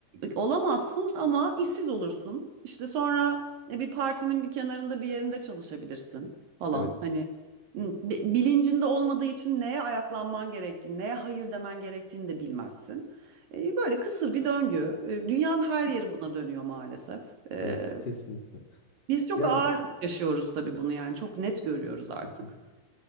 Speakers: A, on the right; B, on the left.
A: olamazsın ama işsiz olursun. İşte sonra e, bir partinin bir kenarında bir yerinde çalışabilirsin falan.
B: Evet.
A: Hani bi- bilincinde olmadığı için neye ayaklanman gerektiğini, neye hayır demen gerektiğini de bilmezsin. E, Böyle kısır bir döngü. E, Dünyanın her yeri buna dönüyor maalesef. E,
B: Evet. Kesinlikle.
A: Biz çok
B: Yani
A: ağır yaşıyoruz tabii bunu yani çok net görüyoruz artık.
B: hı hı.